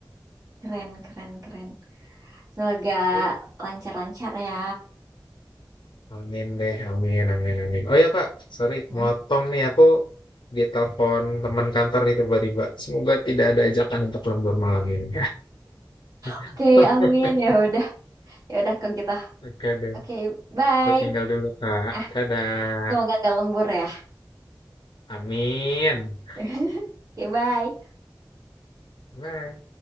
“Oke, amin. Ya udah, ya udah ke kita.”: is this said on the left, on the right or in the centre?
Right